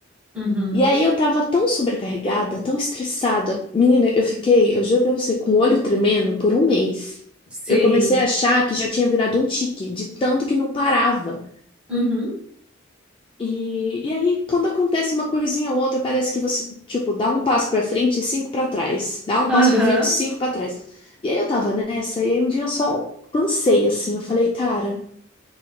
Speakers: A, in the centre; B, on the left.
A: Uhum.
B: E aí eu tava tão sobrecarregada, tão estressada. Menina, eu fiquei, eu juro pra você, com o olho tremendo por um mês.
A: Sei.
B: Eu comecei a achar que já tinha virado um tique, de tanto que não parava.
A: Uhum.
B: E, e aí, quando acontece uma coisinha ou outra, parece que você, tipo, dá um passo pra frente e cinco pra trás. Dá um
A: Aham.
B: passo pra frente e cinco pra trás. E aí eu tava nessa, e aí um dia eu só cansei, assim. Eu falei, cara.